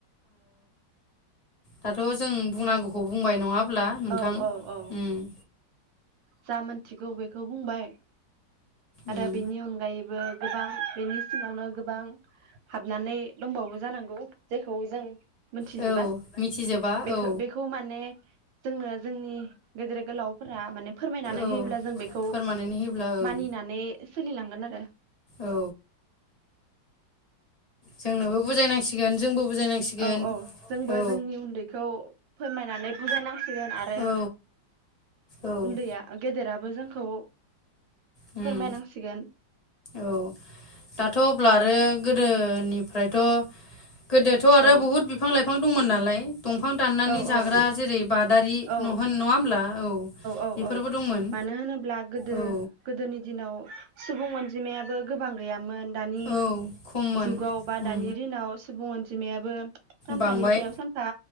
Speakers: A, on the left (about 25°); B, on the right (about 85°).
A: दाथ' जों बुंनांगौखौ बुंबाय नङा होमब्ला नोंथां
B: औ औ औ
A: ओम
B: जा मोनथिगौ बेखौ बुंबाय आरो
A: उम
B: बेनि अनगायैबो गोबां बेनि सिङावनो गोबां हाबनानै दंबावो जानांगौ जेखौ जों मोनथिजोबा
A: औ मिथिजोबा
B: बेखौ
A: औ
B: बेखौ माने जोंनो जोंनि गेदेर गोलावफोरा माने फोरमायनानै
A: औ
B: होयोब्ला जों बेखौ
A: फोरमानानै होयोब्ला ओं
B: मानि दि सोलिलांगोन आरो
A: औ जोंनोबो बुजायनांसिगोन जोंबो बुजायनांसिगोन
B: औ औ जोंबो
A: औ
B: जोंनि उन्दैखौ फोरमायनानै बुजायनांसिगोन आरो
A: औ औ
B: उन्दैया गेदेरा बो जोंखौ
A: उम
B: फोरमायनांसिगोन
A: औ दाथ' अब्ला आरो गोदोनिफ्रायथ' गोदोथ' आरो
B: औ
A: बुहुत बिफां लाइफां <unintelligible> दंमोन नालाय दंफां दाननानै
B: औ
A: जाग्रा
B: औ
A: जेरै बादारि
B: औ
A: न होन नङा होनोमब्ला औ
B: औ
A: बेफोरबो
B: औ
A: दंमोन
B: मानो होनोब्ला गोदो
A: औ
B: गोदोनि दिनाव सुबुं अनजिमायाबो गोबां गैयामोन दानि
A: औ खममोन
B: जुगाव बा
A: उम
B: दानि दिनाव सुबुं अनजि <unintelligible> सानफानि
A: बांबाय
B: सायाव सानफा